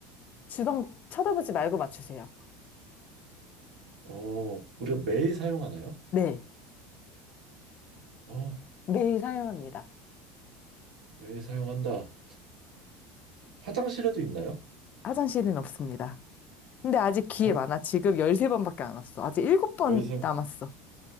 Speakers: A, on the left; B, on the right.
A: 주방 쳐다보지 말고 맞추세요.
B: 어, 우리가 매일 사용하나요?
A: 네.
B: 어,
A: 매일 사용합니다.
B: 매일 사용한다. 화장실에도 있나요?
A: 화장실은 없습니다. 근데 아직 기회
B: 어,
A: 많아. 지금 13번밖에 안 왔어. 아직 7번
B: 열세 번.
A: 남았어.